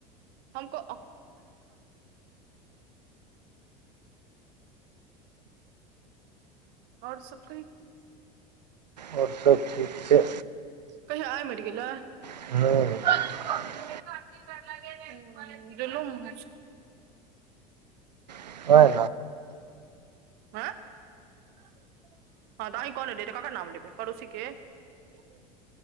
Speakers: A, on the right; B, on the right.
A: <inaudible> आर सुकरि
B: आओर सब ठीक छै।
A: कसे आय मर गेल
B: <inaudible>
A: कि घर ल गेल जुलूम-
B: ओहे
A: आँ <unintelligible>